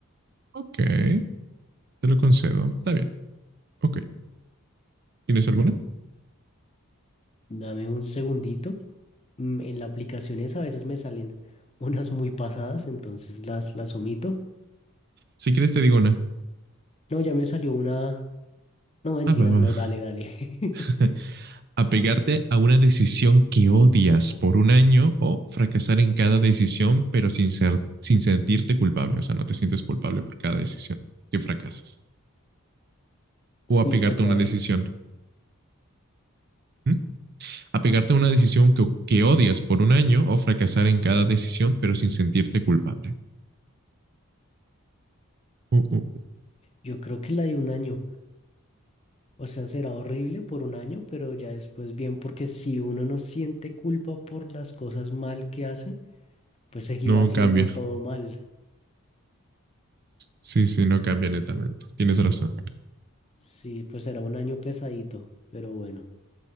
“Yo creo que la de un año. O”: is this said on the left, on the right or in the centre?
Left